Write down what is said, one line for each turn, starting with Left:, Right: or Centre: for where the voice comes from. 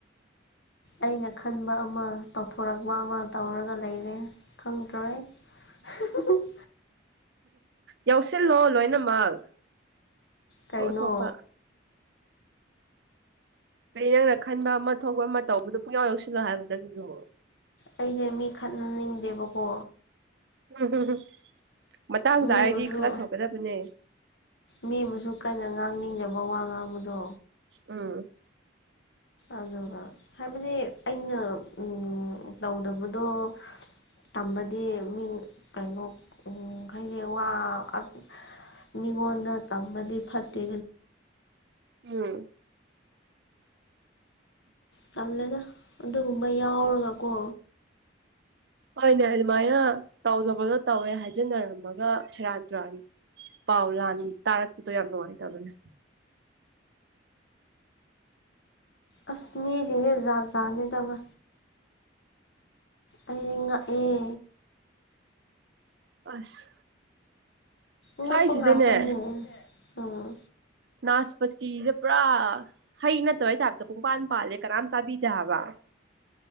Left: ꯑꯩꯅ ꯈꯟꯕ ꯑꯃ ꯇꯧꯊꯣꯔꯛꯄ ꯑꯃ ꯇꯧꯔꯒ ꯂꯩꯔꯦ ꯈꯪꯗ꯭ꯔꯑꯦ ꯍꯤꯍꯤ <inaudible>
Right: ꯌꯥꯎꯁꯤꯜꯂꯣ ꯂꯣꯏꯅꯃꯛ
Left: ꯀꯩꯅꯣ
Right: ꯊꯣꯛ ꯊꯣꯛꯄ ꯀꯩ ꯅꯪꯅ ꯈꯟꯕ ꯑꯃ ꯊꯣꯛꯄ ꯑꯃ ꯇꯧꯕꯗꯨ ꯄꯨꯡꯌꯥꯎ ꯌꯥꯎꯁꯤꯜꯂꯣ ꯍꯥꯏꯕ ꯅꯪꯖꯨ
Left: ꯑꯩꯅꯦꯕꯥ ꯃꯤ ꯈꯠꯅꯅꯤꯡꯗꯦꯕꯀꯣ
Right: ꯎꯝꯝ ꯃꯇꯥꯡ
Left: ꯃꯤꯕꯨꯁꯨ
Right: ꯆꯥꯔꯗꯤ ꯈꯔ ꯊꯣꯛꯒꯗꯕꯅꯦ
Left: ꯃꯤꯕꯨꯁꯨ ꯀꯟꯅ ꯉꯥꯡꯅꯤꯡꯗꯕ ꯋꯥ ꯉꯥꯡꯕꯗꯣ
Right: ꯎꯝ
Left: ꯑꯗꯨꯒ ꯍꯥꯏꯕꯗꯤ ꯑꯩꯅ ꯎꯝ ꯇꯧꯗꯕꯗꯣ ꯇꯝꯕꯗꯤ ꯃꯤ ꯀꯩꯅꯣ ꯎꯝ ꯍꯥꯏꯗꯤ ꯋꯥ ꯑ ꯃꯤꯉꯣꯟꯗ ꯇꯝꯕꯗꯤ ꯐꯠꯇꯦ
Right: ꯎꯝ
Left: ꯇꯜꯂꯦꯗ ꯑꯗꯨꯒꯨꯝꯕ ꯌꯥꯎꯔꯒꯀꯣ
Right: ꯍꯣꯏꯅꯦ ꯑꯗꯨꯃꯥꯏꯅ ꯇꯧꯗꯕꯗꯣ ꯇꯧꯋꯦ ꯍꯥꯏꯖꯟꯅꯔꯝꯃꯒ ꯁꯦꯔꯥꯟ ꯇꯨꯔꯥꯟꯅꯤ ꯄꯥꯎ ꯂꯥꯟ ꯇꯥꯔꯛꯄꯗꯣ ꯌꯥꯝ ꯅꯨꯡꯉꯥꯏꯇꯕꯅꯦ
Left: ꯑꯁ ꯃꯤꯁꯤꯡꯁꯦ ꯖꯥꯠꯖꯥꯅꯤꯗꯕ ꯑꯩꯗꯤ ꯉꯛꯑꯦ
Right: ꯑꯁ
Left: ꯉꯛꯄ
Right: ꯁ꯭ꯋꯥꯏꯁꯤꯗꯅꯦ
Left: ꯉꯥꯛꯇꯅꯦ ꯎꯝ
Right: ꯅꯥꯁ ꯄꯠꯇꯤꯁꯦ ꯄꯨꯔꯥ ꯍꯩ ꯅꯠꯇꯕꯩ ꯇꯥꯏꯞꯇ ꯄꯨꯡꯄꯥꯟ ꯄꯥꯜꯂꯦ ꯀꯅꯥꯝ ꯆꯥꯕꯤꯗꯦ ꯍꯥꯏꯕ